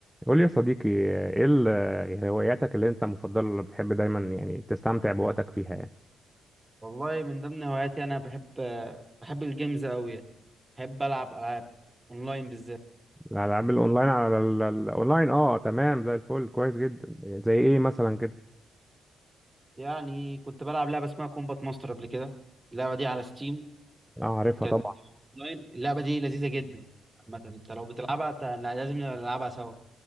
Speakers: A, in the centre; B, on the right (about 20°).
A: قول لي يا صديقي ايه ال- يعني هواياتك اللي انت مفضله اللي بتحب دايما يعني تستمتع بوقتك فيها يعني
B: والله من ضمن هواياتي انا بحب بحب الجيمز قوي يعني. بحب العب العاب اونلاين بالذات
A: الالعاب الاونلاين على ال- ال- الاونلاين اه تمام زي الفل كويس جدا زي ايه مثلا كده
B: يعني كنت بلعب لعبه اسمها كومبات ماستر قبل كده اللعبه دي على ستيم
A: اه عارفها
B: كانت
A: طبعا
B: اونلاين اللعبه دي لذيذه جدا مثلا انت لو بتلعبها ت- لازم نلعبها سوا